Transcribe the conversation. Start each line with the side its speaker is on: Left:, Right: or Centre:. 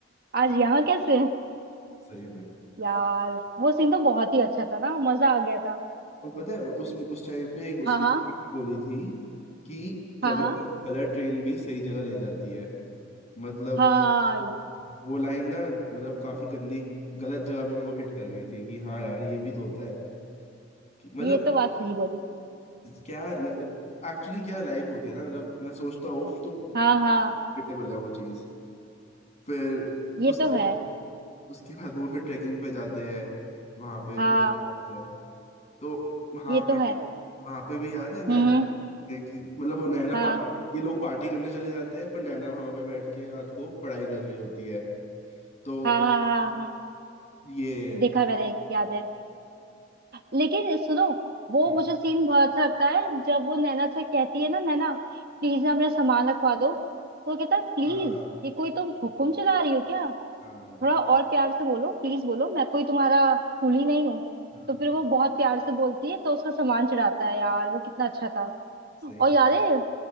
Right: आज
Left: हाँ।
Right: यहाँ कैसे
Left: सही में
Right: यार वो सीन तो बहुत ही अच्छा था ना मजा आ गया था
Left: और पता है उस उस टाइम पे एक उसने
Right: हाँ हाँ
Left: एक बोली थी कि कभी
Right: हाँ हाँ
Left: कभी गलत ट्रेन भी सही जगह ले जाती है मतलब
Right: हाँ
Left: वो वो लाइन ना मतलब काफी गंदी गलत जगह पे मेरे को हिट कर गई थी कि हाँ यार ये भी तो होता है कि मतलब
Right: ये तो बात सही बोली
Left: क्या एक्चुअली क्या लाइफ होती है ना मतलब मैं सोचता हूँ तो
Right: हाँ हाँ
Left: रिलेटेबल है वो चीज फिर
Right: ये
Left: उसके
Right: तो है
Left: बाद उसके बाद वो फिर ट्रैकिंग पे जाते हैं वहां पे
Right: हाँ
Left: ऊपर जाते हैं तो वहां
Right: ये
Left: पे
Right: तो है
Left: भी वहां पे भी याद है नैना
Right: हम्म हम्म,
Left: बोलती है कि मतलब वो नैना
Right: हाँ
Left: पार्टी ये लोग पार्टी करने चले जाते हैं पर नैना वहां पे बैठ के रात को पढ़ाई कर रही होती है तो
Right: हाँ हाँ हाँ हाँ
Left: ये
Right: देखा मैंने याद है लेकिन सुनो वो
Left: हम्म,
Right: मुझे सीन बहुत अच्छा लगता है जब वो नैना से कहती है ना नैना प्लीज ना मेरा सामान रखवा दो तो वो कहता है प्लीज
Left: हाँ हाँ
Right: ये कोई तुम हुक्म चला रही हो क्या
Left: हाँ
Right: थोड़ा और प्यार से बोलो प्लीज बोलो मैं कोई तुम्हारा कुली नहीं हूँ
Left: हाँ,
Right: तो फिर वो बहुत प्यार से बोलती है तो उसका सामान चढ़ाता है यार वो कितना अच्छा था
Left: सही
Right: और
Left: में
Right: याद है